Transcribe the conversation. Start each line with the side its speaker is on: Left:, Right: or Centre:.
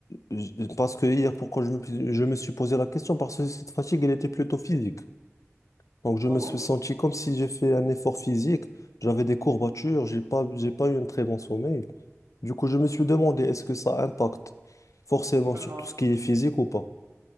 Left: je- parce que hier, pourquoi je me... je me suis posé la question? Parce que cette fatigue, elle était plutôt physique. Donc,
Right: Ah
Left: je me
Right: bon?
Left: suis senti comme si j'ai fait un effort physique. J'avais des courbatures, j'ai pas... j'ai pas eu un très bon sommeil. Du coup, je me suis demandé, est-ce que ça impacte forcément
Right: Ben,
Left: sur tout ce qui est physique ou pas?